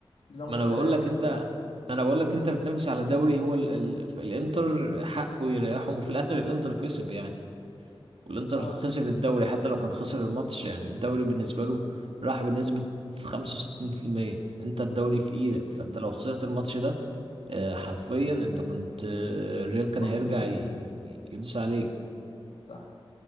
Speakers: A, on the left; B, on the right.
A: دماغه
B: ما
A: شغالة
B: انا بقول
A: قوي
B: لك انت انا بقول لك انت بتنافس على دوري هو ال... ال... الانتر حقه يريحهم وفي الاخر الانتر كسب يعني والانتر
A: اه
B: خسر الدوري حتى لو كان خسر الماتش يعني الدوري بالنسبة له راح بنسبة 65% انت الدوري في ايدك فانت لو خسرت الماتش ده آه، حرفيا انت كنت آه، الريال كان
A: روح
B: هيرجع
A: فيه على
B: ي-
A: طول
B: يدوس عليك
A: صح